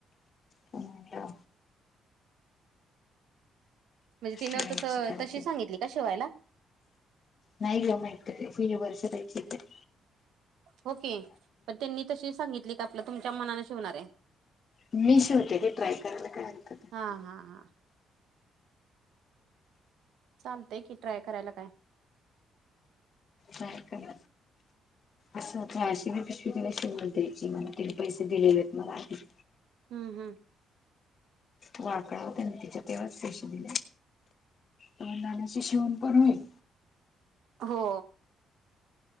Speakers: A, on the left; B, on the right.
A: पण म्हणलं
B: म्हणजे तिनं
A: द्यायची
B: तसं
A: त्याला
B: तशी
A: ते
B: सांगितली का शिवायला
A: नाही घेऊ म्हटलं ते वर्ष देयची तर
B: हो की पण त्यांनी तशी सांगितली का आपलं तुमच्या मनान शिवणार आहे
A: मी शिवते की ट्राय करायला काय हरकत आहे
B: हां हां हां चालतय कि ट्राय करायला काय
A: नाय काय असं अशी बी पिशवी तिला शिवून द्यायची मला तिने पैसे दिलेले आहेत मला आधी
B: हम्म हम्म
A: वाकळा होत्या तिच्या तेव्हाच‌ पैशे दिले नाण्याची शिवून पण होईल
B: हो